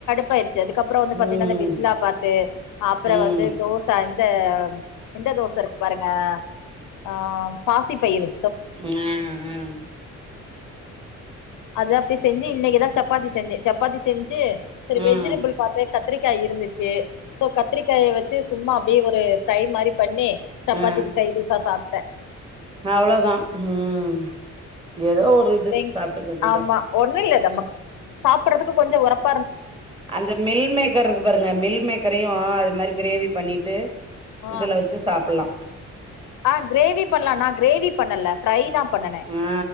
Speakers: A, on the left (about 85°); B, on the right (about 15°).
A: ப்பாயிடுச்சு அதுக்கப்புறோ வந்து பாத்தீங்களா
B: ம்
A: இந்த பிஸ்மில்லா பாத்து ஆ அப்புறோ
B: ம்
A: வந்து தோச இந்த இந் ந்த தோச இருக்கு பாருங்க ஆ பாசி பயிரு
B: ம் அ அ
A: அது அப்டி செஞ்சு இன்னைக்குதா சப்பாத்தி செஞ்சே சப்பாத்தி செஞ்சு சரி
B: ம்
A: வெஜிடபிள் பாத்தே கத்திரிக்கா இருந்துச்சு போ கத்திரிக்காய வெச்சு சும்மா அப்டே ஒரு ஃப்ரை மாரி பண்ணி சப்பாத்திக்கு
B: ஆ
A: சைடிஸா சாப்ட்டே
B: அவ்ளோதா ம் ஏதோ ஒரு இது
A: வெங்
B: சாப்ட்டுக்க வேண்டியதா
A: ஆமா ஒண்ணு இல்லை தம்மா ச்ச சாப்படதற்க்கு கொஞ்சோ உரப்
B: அந்த மில் மேக்கர் இருக்கு பாருங்க மில் மேக்கரையு அது மாரி கிரேவி பண்ணிட்டு
A: ஆ
B: இதுல வெச்சு சாப்பில்லா
A: ஆ கிரேவி பண்ல நா கிரேவி பண்ணல ஃப்ரைதா பண்ணுனே
B: ஆ